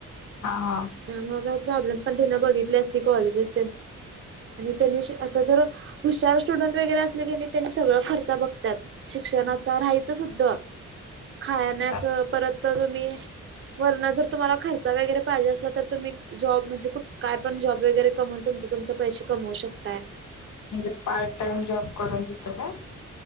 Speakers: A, on the left (about 75°); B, on the right (about 45°).
A: हा हा
B: त्यामुळे का प्रॉब्लेम पण बघित अस कॉलेज चग त्यांनी आता जर हुशार स्टुडंट वगैरे असले की त्यांनी सगळ खर्च बघ त्यात शिक्षणाचा राहायचं सुद्धा
A: <inaudible>
B: खाण्याच
A: जर
B: परत तुम्ही वरण जरुमलार्चा वगैरे पाहिजे असला तर तुम्ही जॉब म्हणे काय पण जॉब वगैरे कमवून तुम पैसे कमवू शकता
A: म्हणजे पार्ट टाइम जॉब करून देत का